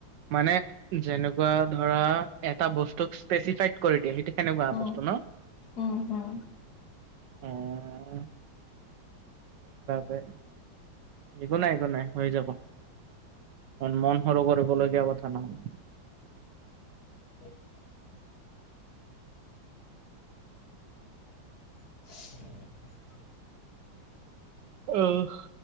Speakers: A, on the right; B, on the left.
A: মানে যেনেকুৱা ধৰা এটা বস্তুক স্পেচিফাইড কৰি দিয়ে সেইটো সেনেকুৱা
B: উম
A: বস্তু ন'।
B: উম হুম
A: অ' <unintelligible> একো নাই একো নাই হৈ যাব। মন সৰু কৰিবলগীয়া কথা নহয়।
B: <inaudible> <unintelligible>
A: অ'।